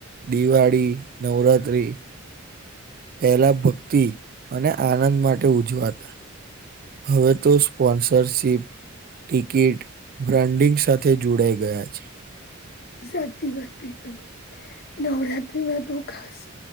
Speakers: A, on the right; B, on the left.
A: દિવાળી નવરાત્રી પહેલા ભક્તિ અને આનંદ માટે ઉજવાતા હવે તો સ્પોન્સરશીપ ટિકિટ બ્રાન્ડિંગ સાથે જોડાઈ ગયા છે.
B: સાચી વાત કહી તમે નવરાત્રીમાં તો ખાસ